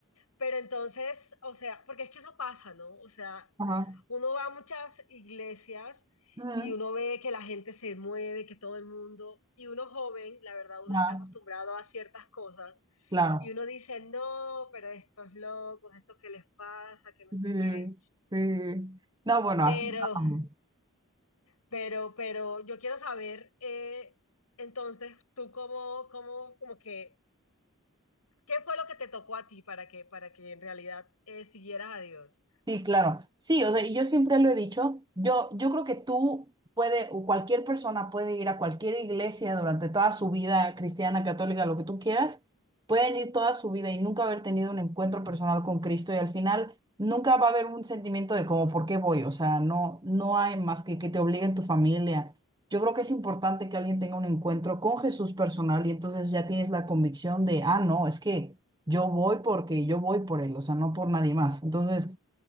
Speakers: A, on the left (about 85°); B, on the right (about 20°).
A: pero entonces, o sea, porque es que eso pasa, ¿no? O sea,
B: Ajá.
A: uno va a muchas iglesias
B: Ujú.
A: y uno ve que la gente se mueve, que todo el mundo, y uno joven, la verdad, uno está
B: Ah,
A: acostumbrado a ciertas cosas
B: claro.
A: y uno dice, no, pero estos locos, estos que les pasa, que no
B: Sí,
A: sé
B: sí,
A: qué.
B: sí. No, bueno,
A: Pero
B: así estábamos.
A: Pero, pero yo quiero saber, eh, entonces, tú cómo, cómo, como que, ¿qué fue lo que te tocó a ti para que, para que en realidad eh, siguieras a Dios?
B: Sí, claro. Sí, o sea, y yo siempre lo he dicho, yo, yo creo que tú puede, o cualquier persona puede ir a cualquier iglesia durante toda su vida, cristiana, católica, lo que tú quieras, pueden ir toda su vida y nunca haber tenido un encuentro personal con Cristo y al final nunca va a haber un sentimiento de como, ¿por qué voy? O sea, no, no hay más que que te obliguen tu familia. Yo creo que es importante que alguien tenga un encuentro con Jesús personal y entonces ya tienes la convicción de, ah, no, es que yo voy porque yo voy por él, o sea, no por nadie más. Entonces...